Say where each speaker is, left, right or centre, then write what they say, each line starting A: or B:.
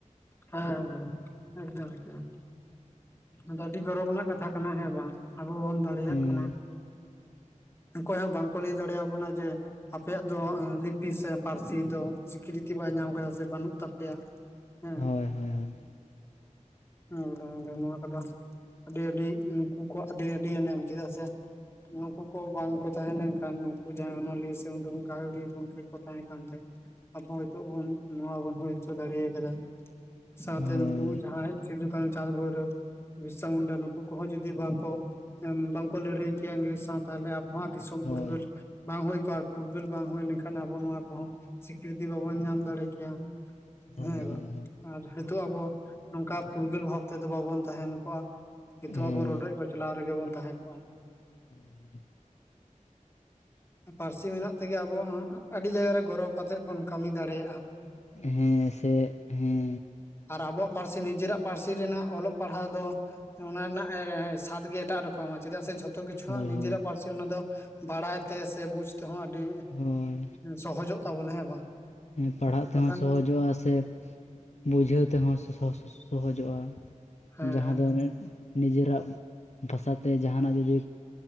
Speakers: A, on the left (about 20°); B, on the left (about 60°).
A: ᱦᱚᱭ ᱦᱚᱭ ᱮᱠᱫᱚᱢ ᱮᱠᱫᱚᱢ ᱟᱫᱚ ᱟᱹᱰᱤ ᱜᱚᱨᱚᱵ ᱨᱮᱱᱟᱜ ᱠᱟᱛᱷᱟ ᱠᱟᱱᱟ ᱦᱮᱸ ᱵᱟᱝ ᱟᱵᱚ ᱵᱚᱱ ᱫᱟᱲᱮᱭᱟᱜ
B: ᱦᱮᱸ
A: ᱠᱟᱱᱟ ᱚᱠᱚᱭ ᱦᱚᱸ ᱵᱟᱝᱠᱚ ᱞᱟᱹᱭ ᱫᱟᱲᱮ ᱟᱵᱚᱱᱟ ᱡᱮ ᱟᱯᱮᱭᱟᱜ ᱫᱚ ᱞᱤᱯᱤ ᱥᱮ ᱯᱟᱹᱨᱥᱤ ᱫᱚ ᱥᱤᱠᱨᱤᱛᱤ ᱵᱟᱭ ᱧᱟᱢ ᱠᱟᱫᱟ ᱥᱮ ᱵᱟᱹᱱᱩᱜ ᱛᱟᱯᱮᱭᱟ᱾ ᱦᱮᱸ
B: ᱦᱳᱭ ᱦᱳᱭ ᱦᱳᱭ
A: <unintelligible> ᱱᱚᱣᱟ ᱠᱚᱫᱚ ᱟᱹᱰᱤ ᱟᱹᱰᱤ ᱱᱩᱠᱩ ᱠᱚ ᱟᱹᱰᱤ ᱟᱹᱰᱤ ᱮᱱᱮᱢ ᱪᱮᱫᱟᱜ ᱥᱮ ᱱᱩᱣᱟ ᱠᱚ ᱠᱚ ᱵᱟᱝ ᱠᱚ ᱛᱟᱦᱮᱸ ᱞᱮᱱᱠᱷᱟᱱ ᱱᱩᱠᱩ ᱡᱟᱸᱦᱟ ᱚᱱᱚᱞᱤᱭᱟᱹ ᱥᱮ ᱜᱟᱹᱦᱩᱲᱤᱭᱟᱹ ᱜᱚᱢᱠᱮ ᱠᱚ ᱛᱟᱦᱮᱸ ᱠᱟᱱ ᱛᱮ ᱟᱵᱚ ᱱᱤᱛᱚᱜ ᱵᱚᱱ ᱱᱚᱣᱟ ᱵᱩᱱ ᱦᱩᱭ ᱦᱚᱪᱚ ᱫᱟᱲᱮ ᱟᱠᱟᱫᱟ ᱥᱟᱶᱛᱮ
B: ᱦᱳᱭ
A: ᱱᱩᱠᱩ ᱡᱟᱦᱟᱸᱭ ᱥᱤᱫᱩ ᱠᱟᱱᱩ ᱪᱟᱸᱫ ᱵᱷᱳᱭᱨᱳᱵᱽ ᱵᱤᱨᱥᱟ ᱢᱩᱱᱰᱟ ᱱᱩᱠᱩ ᱠᱚᱦᱚᱸ ᱡᱩᱫᱤ ᱵᱟᱝᱠᱚ ᱵᱟᱝᱠᱚ ᱞᱟᱹᱲᱦᱟᱹᱭ ᱠᱮᱭᱟ ᱤᱝᱨᱮᱡ ᱥᱟᱶ ᱛᱟᱦᱚᱞᱮ ᱟᱵᱚᱣᱟᱜ ᱫᱤᱥᱚᱢ
B: ᱦᱳᱭ
A: ᱯᱷᱩᱨᱜᱟᱹᱞ ᱵᱟᱝ ᱦᱩᱭ ᱠᱚᱜᱼᱟ ᱯᱷᱩᱨᱜᱟᱹᱞ ᱵᱟᱝ ᱦᱩᱭ ᱞᱮᱱᱠᱷᱟᱱ ᱟᱵᱚ ᱱᱚᱣᱟ ᱠᱚᱦᱚᱸ ᱥᱤᱠᱨᱤᱛᱤ ᱵᱟᱵᱚᱱ ᱧᱟᱢ ᱫᱟᱲᱮ ᱠᱮᱭᱟ
B: ᱦᱳᱭ
A: ᱦᱮᱸ
B: ᱦᱳᱭ ᱦᱳᱭ
A: ᱵᱟᱝ ᱟᱨ ᱱᱤᱛᱚᱜ ᱟᱵᱚ ᱱᱚᱝᱠᱟ ᱯᱷᱩᱨᱜᱟᱹᱞ ᱵᱷᱟᱵᱽ ᱛᱮᱫᱚ ᱵᱟᱵᱚᱱ ᱛᱟᱦᱮᱱ ᱠᱚᱜᱼᱟ ᱱᱤᱛᱚᱜ
B: ᱦᱮᱸ
A: ᱟᱵᱚ ᱨᱚᱰᱚᱚᱡ ᱠᱚᱪᱞᱟᱣ ᱨᱮᱜᱮ ᱵᱚᱱ ᱛᱟᱦᱮᱸ ᱠᱚᱜᱼᱟ
B: ᱦᱮᱸ ᱦᱮᱸ
A: ᱯᱟᱹᱨᱥᱤ ᱢᱮᱱᱟᱜ ᱛᱮᱜᱮ ᱟᱵᱚ ᱟᱹᱰᱤ ᱡᱟᱭᱜᱟ ᱨᱮ ᱜᱚᱨᱚᱵᱽ ᱠᱟᱛᱮᱜ ᱵᱚᱱ ᱠᱟᱹᱢᱤ ᱫᱟᱲᱮᱭᱟᱜᱼᱟ᱾
B: ᱦᱮᱸ ᱥᱮ ᱦᱮᱸᱻ
A: ᱟᱨ ᱟᱵᱚᱣᱟᱜ ᱯᱟᱹᱨᱥᱤ ᱱᱤᱡᱮᱨᱟᱜ ᱯᱟᱹᱨᱥᱤ ᱨᱮᱱᱟᱜ ᱚᱞᱚᱜ ᱯᱟᱲᱦᱟᱣ ᱫᱚ ᱚᱱᱟ ᱨᱮᱱᱟᱜ ᱥᱟᱫ ᱜᱮ ᱮᱴᱟᱜ ᱨᱚᱠᱚᱢᱟ ᱪᱮᱫᱟᱜ ᱥᱮ ᱡᱷᱚᱛᱚ ᱡᱚᱛᱚ ᱠᱤᱪᱷᱩ
B: ᱦᱳᱭ
A: ᱱᱤᱡᱮᱨᱟᱜ
B: ᱦᱳᱭ
A: ᱯᱟᱹᱨᱥᱤ ᱚᱱᱟ ᱫᱚ ᱵᱟᱲᱟᱭ ᱛᱮ ᱥᱮ ᱵᱩᱡᱽ ᱛᱮᱦᱚᱸ ᱟᱹᱰᱤ
B: ᱦᱳᱭ
A: ᱥᱚᱦᱚᱡᱚᱜ ᱛᱟᱵᱚᱱᱟ ᱦᱮᱸ ᱵᱟᱝ
B: ᱮ ᱯᱟᱲᱦᱟᱜ ᱛᱮᱦᱚᱸ
A: ᱵᱟᱠᱷᱟᱱ
B: ᱥᱚᱦᱚᱡᱚᱜᱼᱟ ᱥᱮ ᱵᱩᱡᱷᱟᱹᱣ ᱛᱮᱦᱚᱸ ᱥᱚᱻᱦᱚ ᱥᱚᱡᱚᱜᱼᱟ
A: ᱦᱮᱸ
B: ᱡᱟᱦᱟᱸ
A: ᱦᱮᱸ
B: ᱫᱚ ᱱᱤᱡᱟᱹᱨᱟᱜ ᱵᱷᱟᱥᱟ ᱛᱮ ᱡᱟᱦᱟᱱᱟᱜ ᱡᱩᱫᱤ